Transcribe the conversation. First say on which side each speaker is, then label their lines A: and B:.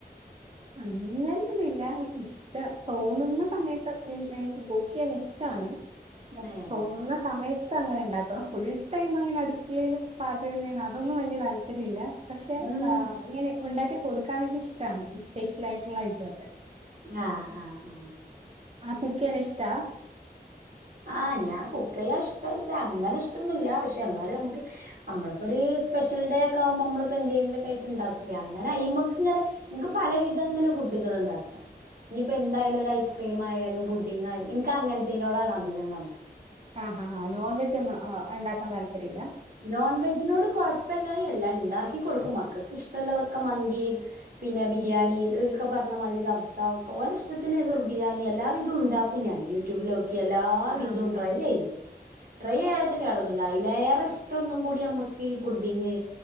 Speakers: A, on the right (about 35°); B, on the right (about 60°).
A: അങ്ങനെയൊന്നുല്ല ഇഷ് ട്ട തോന്നുന്ന സമയത്ത് പിന്നെ എനിക്ക് കുക്ക് ചെയ്യാൻ ഇഷ്ട്ടവാണ്
B: ഏഹ്
A: തോന്നുന്ന സമയത്ത് അങ്ങനെ ഇണ്ടാക്ക ഫുൾ ടൈം അങ്ങനെ അടുക്കളയില് പാചകന്നാണ് അതൊന്നും വലിയ താല്പര്യംമില്ല പക്ഷെ
B: ഉം
A: ആഹ് ഇങ്ങനെ ഉണ്ടാക്കി കൊടുക്കാനൊക്കെ ഇഷ് ടാണ് സ്പെഷ്യലായിട്ടുള്ള ഐറ്റൊക്കെ
B: ആഹ് ആഹ് ആഹ്
A: ആഹ് കുക്ക് ചെയ്യാൻ ഇഷ്ടാ
B: ആഹ് ഞാൻ കുക്ക് ചെയ്യാൻ ഇഷ്ടാച്ചാ അങ്ങനെ ഇഷ്ടൊന്നുവില്ല പക്ഷെ എന്നാലും നമുക്ക് നമ്മളിപ്പൊ ഒരു സ്പെഷ്യൽ ഡേ ഒക്കെ ആവുമ്പോ നമ്മളിപ്പോ എന്തെങ്കിലൊക്കെ ആയിട്ട് ഉണ്ടാക്കൂലേ അങ്ങനെ അയ്മക്ക് ഇങ്ങനെ നമുക്ക് പലവിധം ഇങ്ങനെ ഫുഡുകൾ ഉണ്ടാക്കാം ഇനിയിപ്പോ എന്തായാലും ഒരു ഐസ്ക്രീം ആയാലും പുഡ്ഡിങ് ആയാലും എനിക്ക് അങ്ങനത്തെയിനോടാണ് അധികം കംമ്പം
A: ആഹ് ഹാ ആ നോൺ വെജ് ഒന്നും ഉണ്ടാക്കാൻ താല്പര്യമില്ല
B: നോൺ വെജിനോട് കൊഴപ്പമില്ലായിക അല്ല ഉണ്ടാക്കി കൊടുക്കും മക്കൾക്ക് ഇഷ്ടമുള്ളതൊക്കെ മന്തി പിന്നെ ബിരിയാണി ഇതൊക്കെ പറഞ്ഞ മാതിരി അവസ്ഥ സ ഓല ഇഷ്ടത്തിന് സുർബിയാന എല്ലാവിധവും ഉണ്ടാക്കും ഞാൻ യൂട്യൂബില് നോ എല്ലാ വിധവും
A: ആഹ് ഉം
B: ട്രൈ ചെയ്യും ട്രൈ ചെയ്യാത്ത കേടൊന്നൂല്ല അതിലേറെ ഇഷ് ടം ഒന്നും കൂടി നമ്മക്ക് പുഡ്ഡിങ്